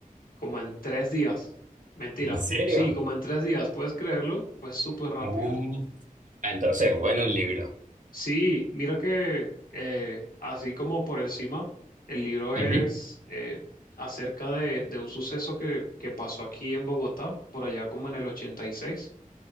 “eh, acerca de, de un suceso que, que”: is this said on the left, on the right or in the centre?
Left